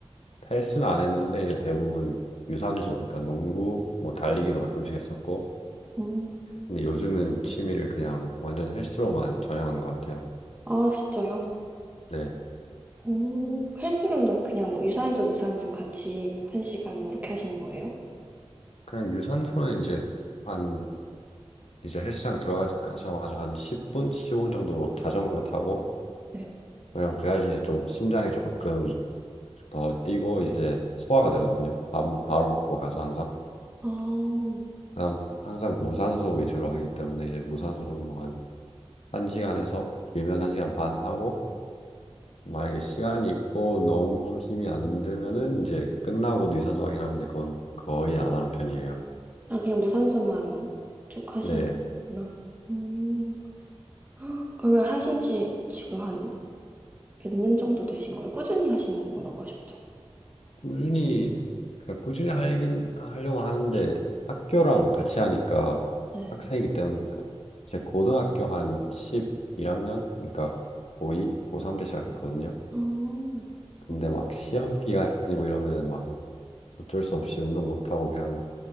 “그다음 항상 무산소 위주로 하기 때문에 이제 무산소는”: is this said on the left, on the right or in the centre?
Left